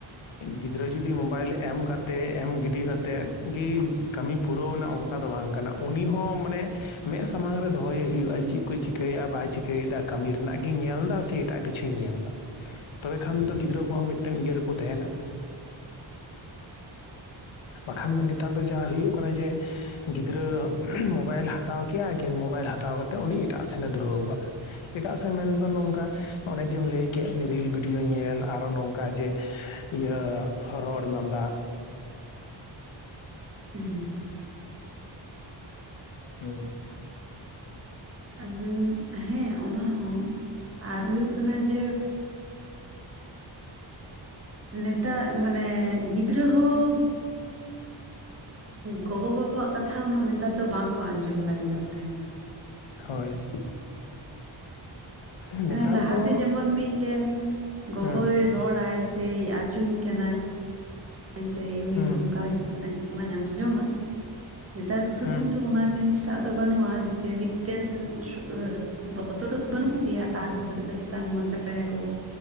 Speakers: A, on the left; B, on the right.
A: ᱜᱤᱫᱽᱨᱟᱹ ᱡᱩᱫᱤ ᱢᱳᱵᱟᱭᱤᱞ ᱮᱢ ᱠᱟᱛᱮᱫ ᱮᱢ ᱜᱤᱰᱤ ᱠᱟᱛᱮᱫ ᱜᱤ ᱠᱟᱹᱢᱤ ᱯᱩᱨᱟᱹᱣ ᱱᱟ ᱚᱝᱠᱟ ᱫᱚ ᱵᱟᱝ ᱠᱟᱱᱟ ᱩᱱᱤ ᱦᱚᱸ ᱢᱟᱱᱮ ᱢᱮᱫ ᱥᱟᱢᱟᱝ ᱨᱮ ᱫᱚᱦᱚᱭᱮ ᱦᱩᱭᱩᱜᱼᱟ ᱪᱤᱫ ᱠᱚ ᱪᱤᱠᱟᱹᱭᱮᱜᱼᱟ ᱵᱟᱭ ᱪᱤᱠᱟᱹᱭ ᱫᱟ ᱠᱟᱹᱢᱤ ᱨᱮᱱᱟᱜ ᱜᱮ ᱧᱮᱞ ᱫᱟ ᱥᱮ? ᱮᱴᱟᱜ ᱠᱤᱪᱷᱩᱭ ᱧᱮᱞᱫᱟ᱾ ᱠᱷᱟᱱ ᱫᱚ ᱜᱤᱫᱽᱨᱟᱹ ᱠᱚᱦᱚᱸ ᱢᱤᱫᱴᱮᱱ ᱤᱭᱟᱹ ᱨᱮᱠᱚ ᱛᱟᱦᱮᱱᱟ᱾ ᱵᱟᱠᱷᱟᱱ ᱫᱚ ᱱᱮᱛᱟᱨ ᱫᱚ ᱡᱟ ᱦᱩᱭᱩᱜ ᱠᱟᱱᱟ ᱡᱮ ᱜᱤᱫᱽᱨᱟᱹ ᱩᱸᱢ ᱢᱳᱵᱟᱭᱤᱞ ᱦᱟᱛᱟᱣ ᱠᱮᱜᱼᱟᱭ ᱢᱳᱵᱟᱭᱤᱞ ᱦᱟᱛᱟᱣ ᱠᱟᱛᱮᱜ ᱩᱱᱤ ᱮᱴᱟᱜ ᱥᱮᱱᱮ ᱫᱷᱩᱨᱟᱹᱣ ᱠᱟᱱᱟ᱾ ᱮᱴᱟᱜ ᱥᱮᱜ ᱢᱮᱱ ᱫᱚ ᱱᱚᱝᱠᱟ ᱚᱱᱮ ᱡᱮᱢ ᱞᱟᱹᱭ ᱠᱮᱫ ᱨᱤᱞ ᱵᱷᱤᱰᱭᱳ ᱧᱮᱞ ᱟᱨᱚ ᱱᱚᱝᱠᱟ ᱡᱮ ᱤᱭᱟᱹ ᱨᱚᱲ ᱞᱟᱸᱫᱟ᱾
B: ᱦᱩᱸ,
A: ᱦᱩᱸ,
B: ᱟᱫᱩᱸ ᱦᱮᱸ ᱚᱱᱟ ᱦᱚᱸ ᱟᱨ ᱦᱩᱭᱩᱜ ᱠᱟᱱᱟ ᱡᱮ ᱱᱮᱛᱟ ᱢᱟᱱᱮ ᱜᱤᱫᱽᱨᱟᱹ ᱦᱚᱸ ᱜᱚᱜᱚ ᱵᱟᱵᱟᱣᱟᱜ ᱠᱟᱛᱷᱟ ᱩᱱᱟᱹᱜ ᱱᱮᱛᱟᱨ ᱫᱚ ᱵᱟᱝ ᱠᱚ ᱟᱸᱡᱚᱢ ᱞᱟᱹᱜᱤᱫ ᱚᱜ ᱛᱟᱦᱮᱱᱟ᱾
A: ᱦᱳᱭ᱾ ᱱᱮᱛᱟᱨ
B: ᱦᱟᱱᱮ ᱞᱟᱦᱟ
A: ᱫᱚ
B: ᱛᱮ ᱡᱮᱢᱚᱱ ᱢᱤᱫᱴᱮᱱ ᱜᱚᱜᱚᱭ
A: ᱦᱩᱸ
B: ᱨᱚᱲᱟᱭ ᱥᱮᱭ ᱟᱪᱩᱧ ᱠᱟᱱᱟᱭ ᱥᱮ ᱩᱱᱤ
A: ᱦᱩᱸ
B: ᱫᱷᱚᱢᱠᱟᱣ ᱤᱧ ᱠᱟᱱᱟᱭ ᱚᱱᱟᱧ ᱟᱸᱡᱚᱢᱟ, ᱱᱮᱛᱟᱨ ᱫᱚ
A: ᱦᱩᱸ
B: ᱠᱤᱱᱛᱩ ᱚᱱᱟ ᱡᱤᱱᱤᱥ ᱴᱟᱜ ᱫᱚ ᱵᱟᱹᱱᱩᱜᱼᱟ ᱡᱮ ᱢᱤᱫᱴᱮᱱ <unintelligible> ᱵᱚᱛᱚᱨ ᱫᱚ ᱵᱟᱹᱱᱩᱜ ᱜᱮᱭᱟ ᱟᱨ ᱢᱚᱪᱟ ᱪᱮᱛᱟᱱ ᱢᱚᱪᱟᱭᱟ ᱠᱚ